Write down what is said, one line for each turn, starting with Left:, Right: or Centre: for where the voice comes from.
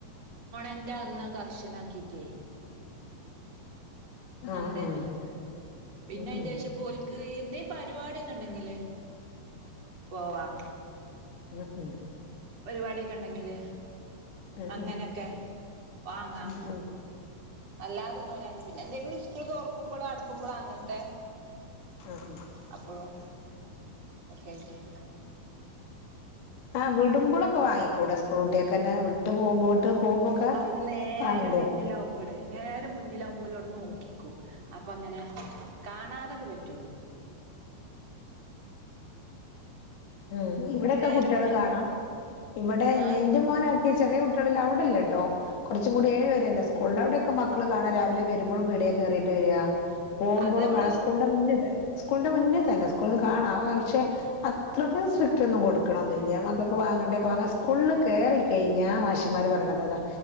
Right: എന്റെ അന്ന് കർശനം ആക്കീട്ടേ ഞാന്
Left: ആ
Right: ഇണ്ടായിന്നല്ല
Left: ആ
Right: പിന്നെ
Left: ഉം
Right: അതിന്റെ
Left: ഉം
Right: ശേഷം ഇപ്പോ ഓൽക്ക് എന്തേലും പരിപാടിയൊക്കെ ഉണ്ടെങ്കിലേ പോവാം
Left: ഉം ഉം
Right: പരിപാടിയൊക്കെ ഉണ്ടെങ്കില്
Left: ഉം
Right: അങ്ങനെയൊക്കെ
Left: ഉം
Right: വാങ്ങാം
Left: ഉം ഉം
Right: അല്ലാതൊന്നും ഓല് അങ്ങനെ പിന്നെ എന്തെങ്കിലും സ്കൂൾ തൊറക്കുമ്പോഴോ അടുക്കുമ്പോഴോ അങ്ങനത്തെ
Left: ആ ആ
Right: അപ്പഴും ഒക്കെ ആയിട്ട്
Left: ആ വിടുമ്പളൊക്കെ വാങ്ങിക്കൂടെ സ്കൂൾ കുട്ടികൾക്ക് തന്നെ വിട്ട് പോകുമ്പോ വിട്ട് പോകുമ്പോക്കെ
Right: അതിന് നേരെ
Left: വാങ്ങണ്ടേ
Right: മുന്നിലാവുമ്പോളേ നേരെ മുന്നിലാകുമ്പോ ഓല് അവിടെ നോക്കി നിക്കും അപ്പ അങ്ങനെ കാണാതൊക്കെ പറ്റൂള്ളു
Left: ഉം ഇവിടൊക്കെ
Right: നേരെ
Left: കുട്ടികള്
Right: മുന്നിൽ
Left: കാണാം ഇവിടെ
Right: ആഹ്
Left: എന്റെ മോനാ ഈ ചെറിയ കുട്ടികളില്ല അവിടില്ല കേട്ടോ കുറച്ചും കൂടി ഏഴ് വരയല്ലേ സ്കൂളൊള്ളൂ അവിടെയൊക്കെ മക്കൾ കാണാം രാവിലെ വരുമ്പോഴും <unintelligible> കേറിയിട്ട് വരിക പോകുമ്പോഴും
Right: അത് നമ്മള്
Left: കാണാം സ്കൂളിന്റെ മുന്നിൽ സ്കൂളിന്റെ മുന്നിൽ തന്നെ സ്കൂളിൽ നിന്ന് ന്ന് കാണാം പക്ഷെ അ ത്രക്ക് സ്ട്രിക്റ്റൊന്നും കൊടുക്കണോന്നില്ല മക്കൾക്ക് വാങ്ങേണ്ട തൊക്കെ സ്കൂളില് കേറി കഴിഞ്ഞാ മാഷൻമാര് പറയണത് അതാ